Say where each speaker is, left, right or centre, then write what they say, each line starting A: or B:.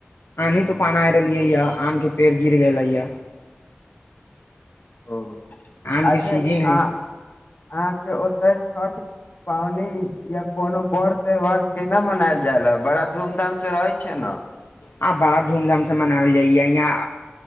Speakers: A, on the left; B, on the left.
A: आधि तूफान आ रहलियै या आम के पेड़ गिर गेले या
B: ओ
A: आम के
B: अच्छे
A: सीजन
B: अ
A: है
B: अहाँके ओतऽ छ पावनि या कोनो बड़ त्यौहार केना मनायल जायले बड़ा धूम धाम से रहै छै ने
A: आ बड़ा धूम धाम से मनावल जाइ य यहा